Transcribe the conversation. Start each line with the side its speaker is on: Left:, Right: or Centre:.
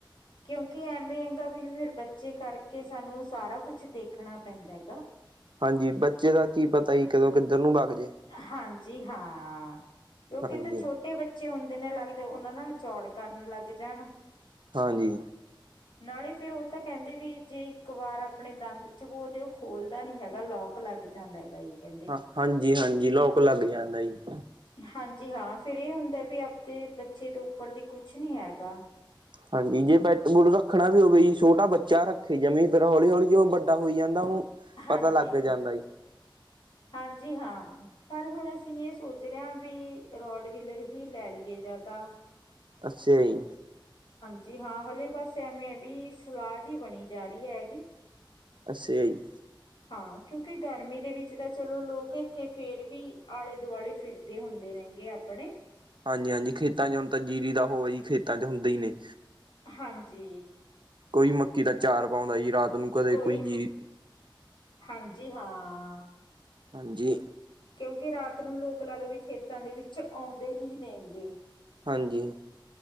Left: ਕਿਉਂਕਿ ਐਵੇਂ ਹੈਗਾ ਵੀ, ਫਿਰ ਬੱਚੇ ਕਰਕੇ ਸਾਨੂੰ ਸਾਰਾ ਕੁਛ ਦੇਖਣਾ ਪੈਂਦਾ ਗਾ।
Right: ਹਾਂਜੀ, ਬੱਚੇ ਦਾ ਕੀ ਪਤਾ ਹੀ ਕਦੋਂ ਕਿੱਧਰ ਨੂੰ ਬਗ਼
Left: ਹਾਂਜੀ। ਜੀ ਹਾਂ। ਕਿਉਂਕਿ
Right: ਹਾਂਜੀ
Left: ਇੱਥੇ ਛੋਟੇ ਬੱਚੇ ਹੁੰ ਦਿਨੇ ਲੱਗਦੇ, ਉਹਨਾਂ ਨਾਲ ਚੌੜ ਕਰਨ ਲੱਗ ਜਾਣ।
Right: ਹਾਂਜੀ।
Left: ਨਾਲੇ ਫੇਰ ਉਹ ਤਾਂ ਕਹਿੰਦੇ ਵੀ, ਜੇ ਇੱਕ ਵਾਰ ਆਪਣੇ ਦੰਦ ਚਬੋ ਦੇ ਉਹ ਖੋਲਦਾ ਨੀ ਹੈਗਾ, ਲੋਕ ਲੱਗ ਜਾਂਦਾ ਗਾ ਜੀ ਕਹਿੰਦੇ।
Right: ਹਾਂ, ਹਾਂਜੀ ਹਾਂਜੀ। ਜੀ, ਲੋਕ ਲੱਗ ਜਾਂਦਾ ਜੀ।
Left: ਹਾਂਜੀ ਹਾਂ, ਫੇਰ ਇਹ ਹੁੰਦਾ ਵੀ ਆਪਦੇ ਬੱਚੇ ਤੋਂ ਉੱਪਰ ਦੀ ਕੁਛ ਨੀ ਹੈਗਾ।
Right: ਹਾਂਜੀ, ਜੇ ਪਿਟ ਬੁੱਲ ਰੱਖਣਾ ਵੀ ਹੋਵੇ ਛੋਟਾ ਬੱਚਾ ਰੱਖੇ, ਜਮੀ ਫੇਰ ਹੌਲੀ ਹੌਲੀ ਜੀ ਵੱਡਾ ਹੋਈ ਜਾਂਦਾ, ਉਹਨੂੰ
Left: ਹਾਂਜੀ,
Right: ਪਤਾ ਲੱਗ ਜਾਂਦਾ ਜੀ।
Left: ਹਾਂਜੀ ਹਾਂ, ਪਰ ਹੁਣ ਅਸੀਂ ਇਹ ਸੋਚ ਰਹੇ ਹਾਂ ਵੀ, ਰੋਡਵੀਲਰ ਹੀ ਲੈ ਲਈਏ ਜਾਂ ਤਾਂ
Right: ਅੱਛਾ ਜੀ।
Left: ਜੀ ਹਾਂ, ਹਲੇ ਬਸ ਐਵੇਂ ਵੀ ਸਲਾਹ ਜਿਹੀ ਬਣੀ ਜਾ ਰਹੀ ਹੈਗੀ।
Right: ਅੱਛਾ ਜੀ
Left: ਹਾਂ ਕਿਉਂਕਿ ਗਰਮੀ ਦੇ ਵਿੱਚ ਵਿੱਚ ਤਾਂ ਚਲੋ ਲੋਕ ਇੱਥੇ ਫੇਰ ਵੀ ਆਲੇ ਦੁਆਲੇ ਫਿਰਦੇ ਹੁੰਦੇ ਨੇਗੇ ਆਪਣੇ
Right: ਹਾਂਜੀ ਹਾਂਜੀ ਖੇਤਾਂ ਚ ਹੁਣ ਤਾਂ ਜੀਰੀ ਦਾ ਹੋਵੇ ਖੇਤਾਂ ਚ ਹੁੰਦਾ ਹੀ ਨੇ
Left: ਹਾਂਜੀ
Right: ਕੋਈ ਮੱਕੀ ਦਾ ਚਾਰ ਪਾਉਂਦਾ ਜੀ ਰਾਤ ਨੂੰ ਕਦੇ
Left: ਕੋਈ
Right: ਜੀਰੀ
Left: ਹਾਂ ਹਾਂਜੀ ਹਾਂ ਹਾਂ
Right: ਹਾਂਜੀ
Left: ਕਿਉਂਕਿ ਰਾਤ ਨੂੰ ਲੋਕ ਲਾ ਲਓ ਵੀ ਖੇਤਾਂ ਦੇ ਵਿੱਚ ਆਉਂਦੇ ਹੀ ਨੇਗੇ
Right: ਹਾਂਜੀ